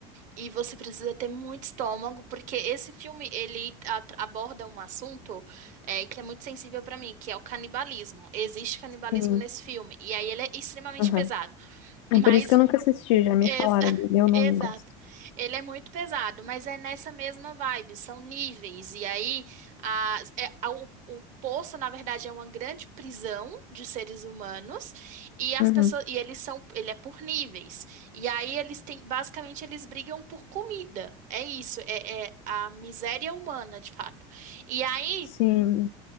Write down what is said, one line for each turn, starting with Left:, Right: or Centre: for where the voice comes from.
Right: e você precisa ter muito estômago, porque esse filme ele a- aborda um assunto é, que é muito sensível para mim, que é o canibalismo. Existe canibalismo
Left: Sim.
Right: nesse filme, e aí ele é extremamente
Left: Aham.
Right: pesado.
Left: É
Right: mas
Left: por isso que eu nunca assisti, já me
Right: Ex-
Left: falaram
Right: <laughs>
Left: dele, eu não
Right: Exato.
Left: gosto.
Right: Ele é muito pesado, mas é nessa mesma vibe, são níveis. E aí, a- é- a- o, o poço, na verdade, é uma grande prisão de seres humanos, e as
Left: Uhum.
Right: pessoas, e eles são, ele é por níveis. E aí eles têm, basicamente, eles brigam por comida. É isso, é, é a miséria humana, de fato. E aí.
Left: Sim.